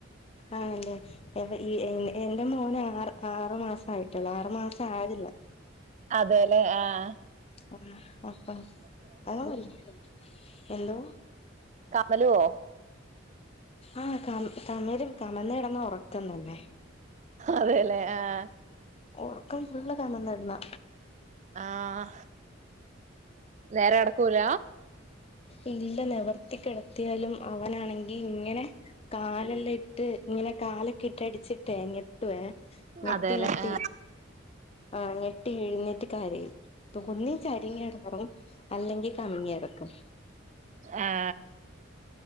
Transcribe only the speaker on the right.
അതേലേ ആഹ്
കമലുവോ
അതേല്ലേ ആഹ്
ആഹ് നേരെ നടക്കൂല
അതേലെ
ആ
ആ ആ